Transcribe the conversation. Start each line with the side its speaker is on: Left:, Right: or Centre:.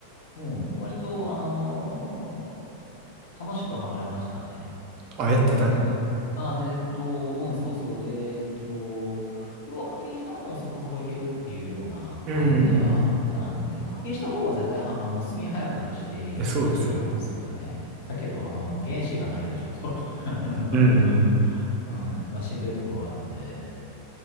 Left: うん、割と、あのー楽しくハマれましたね。
Right: あ、やってたんや。
Left: うん、だから、あ、で、えっと、うん、そうそう、で、えっと、要は課金しなくてもそこそこいけるっていうような感じではあったんで、
Right: うんうんうん。
Left: まあ、課金した方が絶対は、あの、進み早くなるし、
Right: えそうですよね。
Left: 楽しいとは思うんですけどね。だけど、あの、原資がないとちょっと <laughs> あ
Right: うんうんうん。
Left: の、うん、まあ、しんどいところはあるんで、